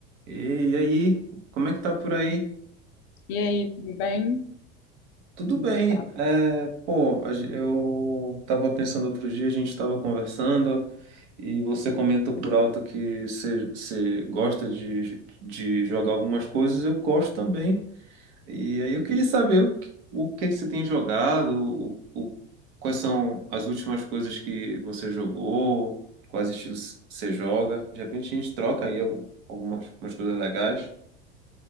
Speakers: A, on the right; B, on the left.
A: E, e aí, como é que tá por aí?
B: E aí, tudo bem?
A: Tudo
B: Como
A: bem.
B: você tá?
A: É, pô, a gen- eu tava pensando outro dia, a gente tava conversando e você comentou por alto que você você gosta de, de jogar algumas coisas, eu gosto também. E aí eu queria saber o, que- o que que você tem jogado, o, o- quais são as últimas coisas que você jogou, quais estilos você joga. De repente a gente troca aí algum- algumas umas coisas legais.